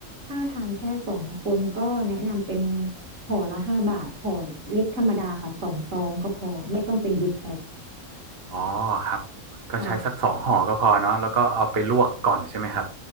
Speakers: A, on the right; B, on the right.
A: ถ้าทานแค่สองคนก็แนะนำเป็นห่อละห้าบาทห่อเล็กธรรมดาค่ะสองซองก็พอไม่ต้องเป็นบิ๊กแพ็ค
B: อ๋อครับก็ใช้สักสองห่อก็พอเนาะแล้วก็เอาไปลวกก่อนใช่ไหมครับ
A: ค่ะ